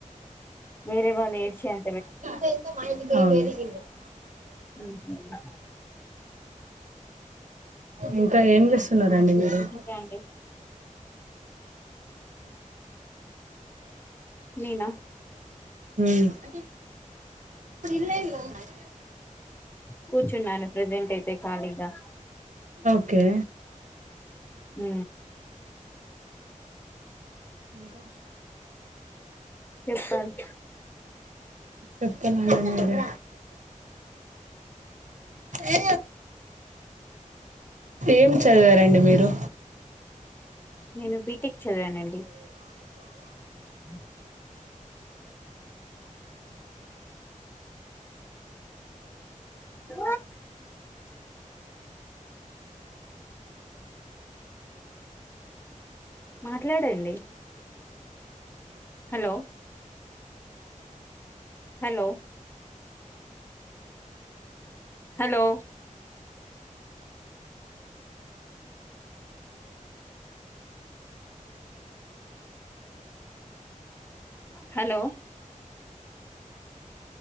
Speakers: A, on the left (about 15°); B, on the right (about 65°).
A: వేరే వాళ్ళు ఏడ్చే అం
B: అవును
A: మ్ హు
B: ఇంకా ఏం చేస్తున్నారండి మీరు <inaudible>
A: ఇంకా అండి నినా
B: మ్
A: కూర్చున్నాను ప్రజెంట్ అయితే ఖాళీగా
B: ఓకే
A: మ్
B: ఇంకా
A: చెప్పాలీ
B: చెప్పలండి మీరే ఏ ఏం చదివారండి మీరు
A: నేను బీటెక్ చదివానండి హ ద మాట్లాడండి hello hello hello hello